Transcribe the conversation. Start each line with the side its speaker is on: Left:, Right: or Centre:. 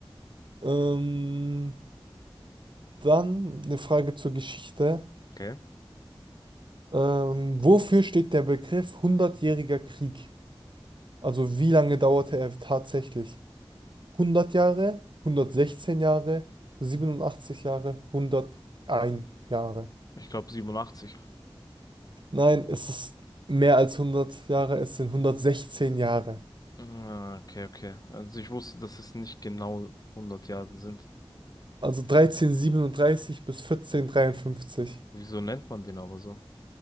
Right: Ähm, dann eine Frage zur Geschichte.
Left: Okay.
Right: Ähm, wofür steht der Begriff Hundertjähriger Krieg? Also wie lange dauerte er tatsächlich? Hundert Jahre, Hundertsechzehn Jahre, 87 Jahre, 101 Jahre.
Left: Ich glaube 87.
Right: Nein, es ist mehr als hundert Jahre, es sind hundertsechzehn Jahre.
Left: Ah, Okay, okay. Also ich wusste, dass es nicht genau 100 Jahre sind.
Right: Also 1337 bis 1453.
Left: Wieso nennt man den aber so?